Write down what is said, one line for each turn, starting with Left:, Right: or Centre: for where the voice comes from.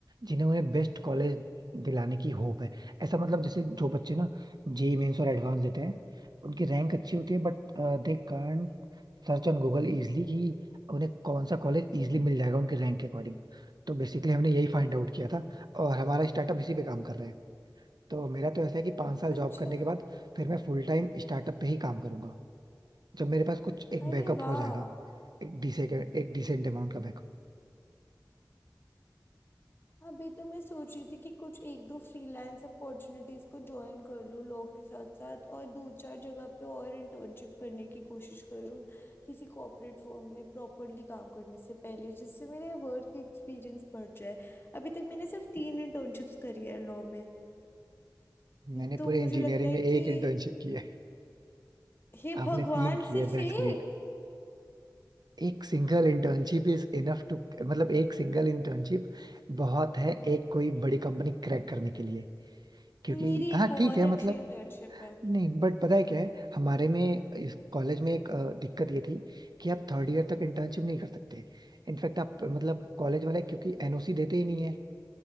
Right: जिन्हें उन्हें बेस्ट कॉलेज दिलाने की होप है ऐसा मतलब जैसे जो बच्चे ना जेई मेंस और एडवांस देते हैं उनकी रैंक अच्छी होती है but they can't search on Google easily कि उन्हें कौन सा कॉलेज इजली मिल जाएगा उनके रैंक के अकॉर्डिंग तो बेसिकली हमने यही फाइंड आउट किया था और हमारा स्टार्टअप इसी पे काम कर रहा है तो मेरा तो ऐसा है कि पाँच साल जॉब
Left: अच्छा
Right: करने के बाद फिर मैं फुल टाइम स्टार्टअप पे ही काम करूंगा जब मेरे पास कुछ एक
Left: अरे
Right: बैकअप
Left: वाह
Right: हो जाएगा एक डिसे एक डिसेंट अमाउंट का बैकअप
Left: अभी तो मैं सोच रही थी कि कुछ एक दो फ्रीलांस अपॉर्चुनिटीज को ज्वाइन कर लूँ लॉ के साथ साथ और दो चार जगह पे और इंटर्नशिप करने की कोशिश करूँ किसी कॉर्पोरेट फर्म में प्रॉपरली काम करने से पहले जिससे मेरे वर्क एक्सपीरियंस बढ़ जाए अभी तक मैंने सिर्फ तीन इंटर्नशिप्स करी है लॉ में
Right: मैंने
Left: तो
Right: पूरे
Left: मुझे
Right: इंजीनियरिंग
Left: लगता है
Right: में एक
Left: कि
Right: इंटर्नशिप की है
Left: हे
Right: आपने
Left: भगवान
Right: तीन की
Left: सिर्फ
Right: है दैट्स
Left: एक
Right: ग्रेट एक single internship is enough to मतलब एक सिंगल इंटर्नशिप बहुत है एक कोई बड़ी कंपनी क्रैक करने के लिए क्योंकि
Left: मेरी
Right: हाँ
Left: एक बहुत
Right: ठीक है
Left: अच्छी
Right: मतलब
Left: इंटर्नशिप है
Right: नहीं बट पता है क्या है हमारे में इस कॉलेज में एक अ, दिक्कत ये थी कि आप थर्ड ईयर तक इंटर्नशिप नहीं कर सकते इनफैक्ट आप मतलब कॉलेज वाले क्योंकि एनओसी देते ही नहीं है